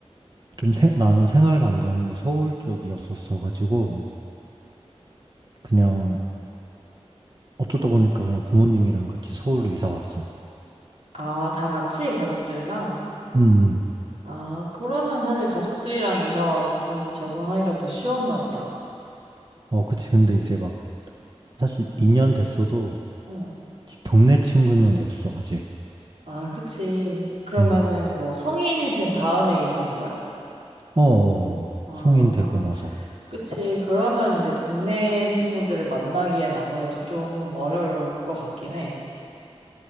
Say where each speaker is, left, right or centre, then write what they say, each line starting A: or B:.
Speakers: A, on the right (about 45°); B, on the right (about 80°).
A: 좀 생- 나는 생활 반경이 서울 쪽이었었어 가지고 그냥 어쩌다 보니까 그냥 부모님이랑 같이 서울로 이사 왔어.
B: 아, 다 같이 가족들이랑?
A: 음.
B: 아, 그러면 사실 가족들이랑 이사 와서 좀 적응하기가 더 쉬웠나 보다.
A: 어, 그치. 근데 이제 막 사실 2년 됐어도
B: 응.
A: 지- 동네 친구는 없어 아직.
B: 아, 그치. 그러면은
A: 음.
B: 뭐 성인이 된 다음에 이사 온 거야?
A: 어, 어,
B: 아,
A: 성인 되고 나서.
B: 그치. 그러면 이제 동네 친구들을 만나기엔 아무래도 좀 어려울 것 같긴 해.